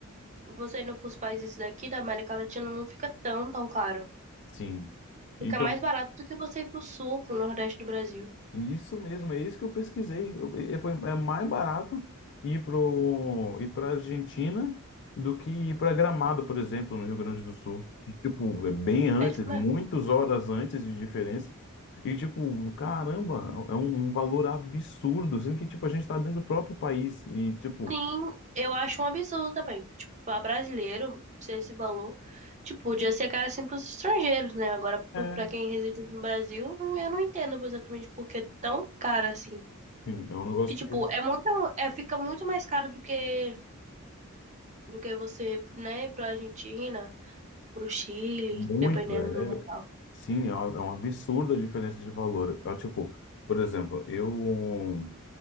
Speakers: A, on the right; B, on the left.
A: você indo pros países daqui da América Latina não fica tão, tão caro.
B: Sim.
A: Fica
B: então
A: mais barato do que você ir pro sul, pro nordeste do Brasil.
B: E Isso mesmo, é isso que eu pesquisei. Eu- é- foi, é mais barato ir pro, ir para Argentina do que ir para Gramado, por exemplo, no Rio Grande do Sul. Que, tipo, é bem antes,
A: É, é isso
B: muitas
A: mesmo.
B: horas antes de diferença. E, tipo, caramba, é um, um valor absurdo, sendo que, tipo, a gente tá dentro do próprio país. E, tipo,
A: Sim, eu acho um absurdo também. Tipo, pra brasileiro, ser esse valor, tipo, podia ser caro assim pros estrangeiros, né? Agora, pro,
B: é,
A: pra quem reside no Brasil, não- eu não entendo exatamente por que é tão caro assim.
B: sim, é um negócio
A: Que,
B: que
A: tipo, é muito, é, fica muito mais caro do que, do que você, né, ir pra Argentina. pro Chile,
B: muito,
A: dependendo
B: é,
A: do local.
B: sim, é um é um absurdo a diferença de valor. É, tipo, por exemplo, eu.